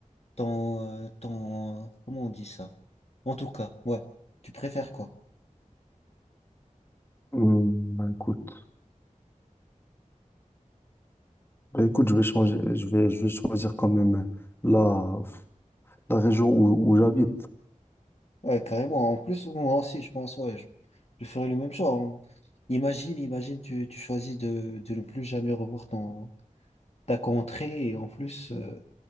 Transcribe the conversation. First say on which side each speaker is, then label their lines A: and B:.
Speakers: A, on the left (about 50°); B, on the left (about 15°).
A: ton, euh, ton, comment on dit ça? En tout cas, ouais. Tu préfères quoi?
B: Hum, ben écoute, bah écoute, je vais changer. Je vais, je vais choisir quand même la, la région où, où j'habite.
A: Ouais, carrément. En plus, moi aussi, je pense, ouais, je, je ferais le même choix. On- Imagine, imagine, tu, tu choisis de, de ne plus jamais revoir ton, ta contrée. Et en plus, euh,